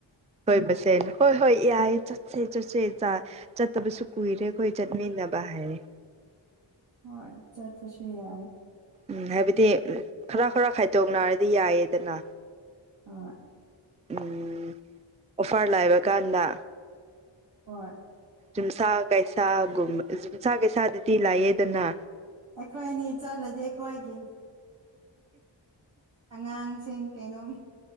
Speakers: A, on the right; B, on the right.
A: ꯍꯣꯏ ꯃꯁꯦꯅ ꯍꯣꯏ ꯍꯣꯏ ꯌꯥꯏ ꯆꯠ ꯆꯠꯁꯦ ꯆꯠꯁꯦ ꯆꯠꯇꯕꯁꯨ ꯀꯨꯏꯔꯦ ꯑꯩꯈꯣꯏ ꯆꯠꯃꯤꯟꯅꯕ ꯍꯥꯏꯔꯦ
B: ꯍꯣꯏ ꯆꯠ ꯄꯁꯨ ꯌꯥ
A: ꯎꯝ ꯍꯥꯏꯕꯗꯤ ꯈꯔ ꯈꯔ ꯈꯥꯏꯗꯣꯛꯅꯔꯗꯤ ꯌꯥꯏꯌꯦꯗꯅ
B: ꯍꯣꯏ
A: ꯎꯝ ꯋꯥꯐꯥꯔ ꯂꯥꯏꯕ ꯀꯥꯟꯗ
B: ꯍ
A: ꯌꯨꯝꯁꯥ ꯀꯩꯁꯥꯒꯨꯝ ꯌꯨꯝꯁꯥ ꯀꯩꯁꯥꯗꯨꯗꯤ ꯂꯥꯛꯑꯦꯗꯅ
B: ꯑꯦꯈꯋꯥꯅꯤ ꯆꯂꯗꯤꯈꯋꯥꯒ ꯑꯉꯥꯡꯁꯤꯡ ꯀꯩꯅꯣꯝ